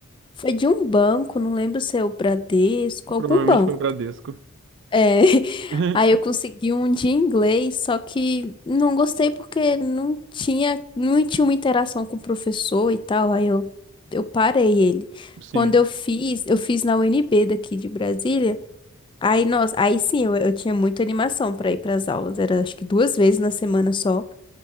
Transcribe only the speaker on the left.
foi de um banco, não lembro se é o Bradesco, algum
banco.
É, <laughs>
aí eu consegui um de inglês, só que não gostei porque não tinha, não tinha uma interação com o professor e tal, aí eu, eu parei ele.
Quando eu fiz, eu fiz na UNB daqui de Brasília, aí, nossa, aí sim, eu, eu tinha muita animação para ir para as aulas, era acho que duas vezes na semana só,